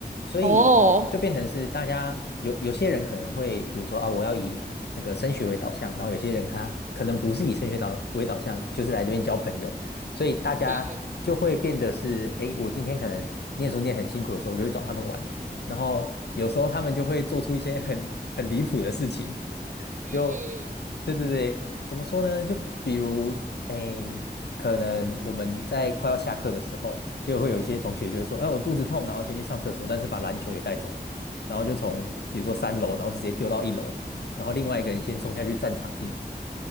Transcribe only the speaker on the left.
所以就变成是大家有有些人可能会，
比如说啊，我要以那个升学为导向，然后有些人他可能不是以升学导为导向，就是来这边交朋友，所以大家就会变得是，
诶，我今天可能念书念很辛苦的时候，我就会找他们玩。然后有时候他们就会做出一些很很离谱的事情，<laughs>
就对对对，怎么说呢？就比如诶，可能我们在快要下课的时候，就会有一些同学就说：“哎，我肚子痛，然后先去上厕所，但是把篮球也带走，然后就从比如说三楼，然后直接丢到一楼，然后另外一个人先冲下去占场地。”